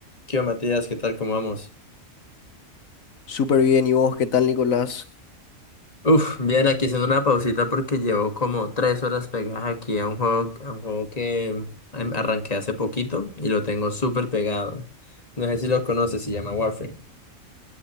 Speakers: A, on the left; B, on the left.
A: ¿Qué onda, Matías? ¿Qué tal? ¿Cómo vamos?
B: Súper bien, ¿y vos qué tal, Nicolás?
A: Uf, bien, aquí haciendo una pausita porque llevo como tres horas pegadas aquí a un juego, a un juego que em, arranqué hace poquito y lo tengo súper pegado. No sé si lo conoces, se llama Warframe.